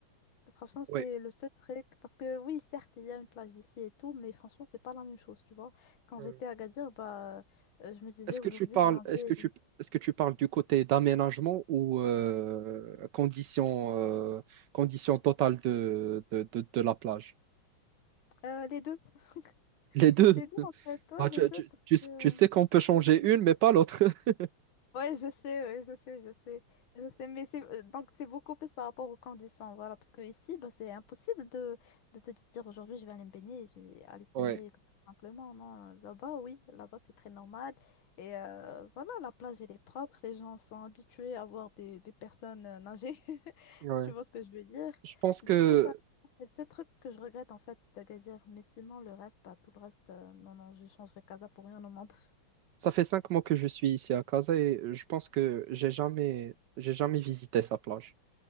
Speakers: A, on the left (about 75°); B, on the right (about 70°).
A: Franchement, c'est
B: Oui.
A: le seul truc. Parce que oui, certes, il y a une plage ici et tout, mais franchement, c'est pas la même chose, tu vois. Quand
B: Ouais.
A: j'étais à Agadir, bah, euh, je me disais
B: Est-ce que
A: aujourd'hui,
B: tu parles,
A: il y en
B: est-ce
A: avait
B: que tu, est-ce que tu parles du côté d'aménagement ou euh, condition, euh, condition totale de, de, de- de la plage?
A: euh, les deux. <laughs>
B: Les deux.
A: Les deux,
B: <laughs>
A: en fait, ouais,
B: Bah,
A: les
B: tu,
A: deux,
B: tu-
A: parce
B: tu- s-
A: que...
B: tu sais qu'on peut changer une, mais pas l'autre. <laughs>
A: Ouais, je sais, ouais, je sais, je sais, je sais, mais c'est... euh, Donc, c'est beaucoup plus par rapport aux conditions, voilà, parce que ici, bah, c'est impossible de... de te dire, aujourd'hui, je vais aller me baigner, j'ai aller se baigner,
B: Ouais.
A: tout simplement, non, là-bas, oui, là-bas, c'est très normal, et euh, voilà, la plage, elle est propre, les gens sont habitués à voir des, des personnes euh, nager, <laughs>
B: Ouais.
A: si tu vois ce que je veux dire,
B: Je pense que
A: du coup, bah, c'est le seul truc que je regrette, en fait, d'Agadir, mais sinon, le reste, bah, tout le reste, euh, non, non, je changerai Casa pour rien au monde.
B: ça fait cinq mois que je suis ici à Casa et je pense que j'ai jamais, j'ai jamais visité sa plage.